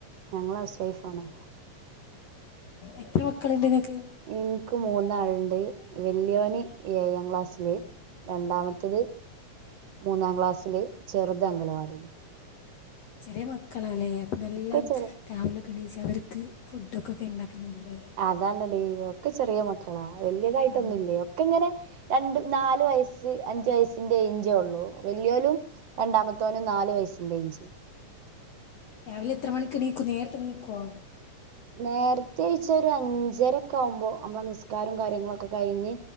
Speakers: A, on the right (about 55°); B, on the left (about 55°).
A: ഞങ്ങള് ഹൗസ് വൈഫാണ്
B: എത്ര മക്കളുണ്ട്ങ്ങക്ക്
A: എനിക്ക് മൂന്നാളുണ്ട് വെല്യോനി ഏഴാം ക്ലാസ്സില് രണ്ടാമത്തത് മൂന്നാം ക്ലാസ്സില് ചെറുത് അംഗനവാടി
B: ചെറിയ മക്കളാല്ലേ അപ്പൊ നല്ല
A: ഒക്കെ ചെറു
B: രാവിലെക്കെ എണീച്ച് അവർക്ക് ഫുഡൊക്കെ ഉണ്ടാക്കണല്ലേ
A: അതാണെടി ഒക്കെ ചെറിയ മക്കളാ വലിയതായിട്ടൊന്നുമില്ലേ
B: ആ.
A: ഒക്കെ ഇങ്ങനെ രണ്ട് നാല് വയസ്സ് അഞ്ചു വയസ്സിന്റെ ഏഞ്ചേ ഉള്ളു വല്യോനും രണ്ടാമത്തോനും നാല് വയസിന്റെ ഏജ്
B: രാവിലെ എത്ര മണിക്ക് എണിക്കും നേരത്തെ എണീക്കുവോ
A: നേരത്തെ എഴിച്ച് ഒരു അഞ്ചരക്കെ ആകുമ്പോൾ നമ്മളെ നിസ്കാരവും കാര്യങ്ങളൊക്കെ കഴിഞ്ഞ്